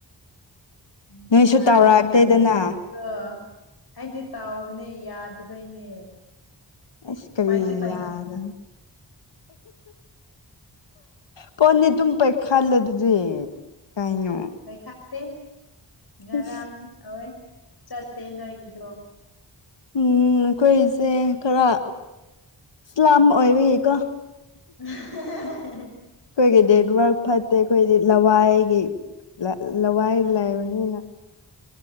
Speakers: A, on the left; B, on the left.
A: ꯃꯤ
B: ꯅꯣꯏꯁꯨ
A: ꯃꯆꯥꯗꯤ
B: ꯇꯧꯔꯛꯇꯦꯗꯅ
A: ꯌꯥꯝ ꯆꯤꯜꯂꯤꯀꯣ ꯑꯩꯗꯤ ꯇꯥꯎꯕꯅꯦ ꯌꯥꯗꯕꯩꯅꯦ
B: ꯑꯩꯁ ꯀꯔꯤ
A: ꯄꯥꯏꯁꯨ
B: ꯌꯥꯗꯕ ꯐꯣꯟꯗꯤ ꯑꯗꯨꯨꯝ ꯄꯥꯏꯈꯜꯂꯗꯨꯗꯤ ꯀꯩꯅꯣ
A: ꯄꯩꯈꯥꯠꯇꯦ ꯉꯔꯥꯡꯁꯨ
B: ꯏꯁ
A: ꯇꯧꯋꯦ ꯆꯠꯇꯦ ꯅꯣꯏꯒꯤꯗꯣ
B: ꯎꯝ ꯑꯩꯈꯣꯏꯁꯦ ꯈꯔ ꯏꯁꯂꯥꯝ ꯑꯣꯏꯕꯒꯤ ꯀꯣ
A: <unintelligible>
B: ꯑꯩꯈꯣꯏꯒꯤ ꯅꯦꯠ ꯋꯥꯔꯛ ꯐꯠꯇꯦ ꯑꯩꯈꯣꯏꯗꯤ ꯂꯋꯥꯏꯒꯤ ꯂꯋꯥꯏ ꯂꯩꯕꯅꯤꯅ